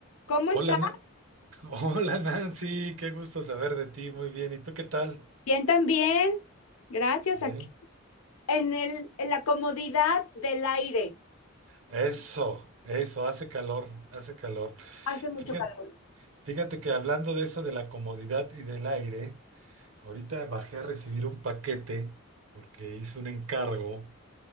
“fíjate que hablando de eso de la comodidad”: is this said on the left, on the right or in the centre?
Right